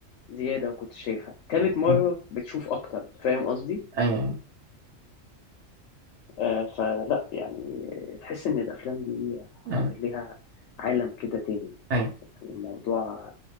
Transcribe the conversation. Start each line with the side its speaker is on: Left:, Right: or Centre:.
Left: زياده ما كنتش شايفها تالت مره
Right: ايوه
Left: بتشوف اكتر فاهم قصدي
Right: ايوه
Left: آه فلا يعني تحس ان الافلام دي
Right: ايوه
Left: ع- ليها عالم كده تاني
Right: ايوه
Left: يعني الموضوع